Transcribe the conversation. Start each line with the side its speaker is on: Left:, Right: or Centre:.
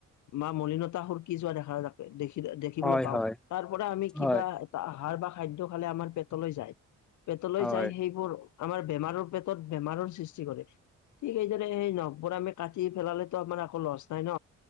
Left: বা মলিনতা সুৰকি যোৱা দেখা য দে দেখিবলৈ
Centre: হয়
Left: পাওঁ,
Centre: হয়
Left: তাৰ পৰা আমি
Centre: হয়
Left: কিবা এটা আহাৰ বা খাদ্য খালে আমাৰ পেটলৈ যায়। পেটলৈ
Centre: হয়
Left: যাই সেইবোৰ আমাৰ বেমাৰৰ পেটত বেমাৰৰ সৃষ্টি কৰে ঠিক সেইদৰে স নখবোৰ আমি কাটি পেলালেতো আমাৰ একো লচ নাই ন?